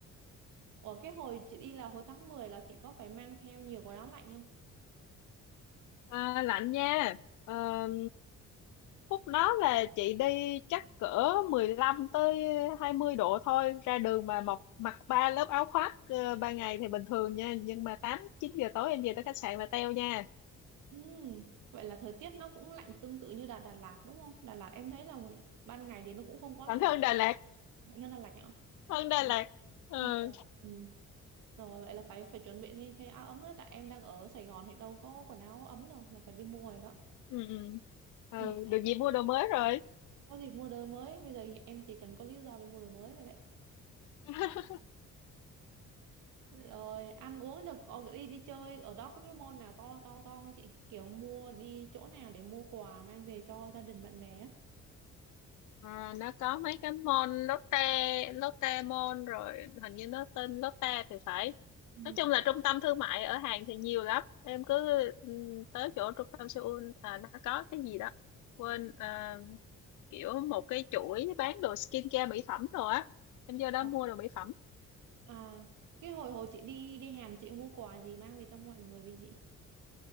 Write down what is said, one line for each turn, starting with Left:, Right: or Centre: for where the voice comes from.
Right: Ủa cái hồi chị đi là hồi tháng 10 là chị có phải mang theo nhiều quần áo lạnh không
Left: À, lạnh nha. Ờ, Khúc đó là chị đi chắc cỡ 15 tới 20 độ thôi, ra đường mà mặc mặc ba lớp áo khoác ờ, ban ngày thì bình thường nha, nhưng mà 8 9 giờ tối em về tới khách sạn là teo nha.
Right: ừ. vậy là thời tiết nó cũng lạnh tương tự như Đà Đà Lạt đúng không Đà Lạt em thấy là ban ngày thì nó cũng không quá
Left: Còn
Right: lạnh
Left: hơn Đà Lạt,
Right: lạnh hơn Đà Lạt nhở
Left: hơn Đà
Right: Ừ.
Left: Lạt. Ừ,
Right: hơn Đà Lạt. Ừ. Rồi vậy là phải phải chuẩn bị thêm thay áo ấm đó tại em đang ở Sài Gòn thì đâu có quần áo ấm đâu là phải đi mua rồi đó.
Left: ừ, ừ. Ừ,
Right: Ừ.
Left: được gì mua đồ mới rồi.
Right: Có gì mua đồ mới, bây giờ thì em chỉ cần có lý do để mua đồ mới thôi đấy.
Left: <laughs>
Right: Rồi ăn uống được còn đi đi chơi ở đó có cái mall nào to to to không chị? Kiểu mua đi chỗ nào để mua quà mang về cho gia đình bạn bè á.
Left: À, nó có mấy cái môn Lotte, Lotte Mall rồi hình như nó tên Lotte thì phải.
Right: Ừ.
Left: Nói chung là trung tâm thương mại ở Hàn thì nhiều lắm. Em cứ ừm, tới chỗ trung tâm Seoul à, nó có cái gì đó. Quên à, kiểu một cái chuỗi bán đồ skincare mỹ phẩm rồi á. Em vô đó
Right: À,
Left: mua đồ mỹ phẩm.
Right: à cái hồi hồi chị đi đi Hàn chị mua quà gì mang về cho mọi người vậy chị?